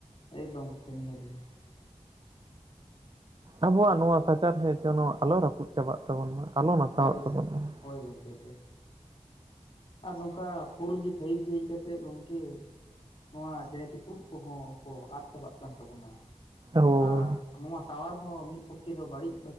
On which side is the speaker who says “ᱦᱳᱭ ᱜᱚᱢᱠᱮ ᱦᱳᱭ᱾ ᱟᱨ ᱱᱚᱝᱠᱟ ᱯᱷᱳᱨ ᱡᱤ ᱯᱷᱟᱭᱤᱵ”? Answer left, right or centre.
Left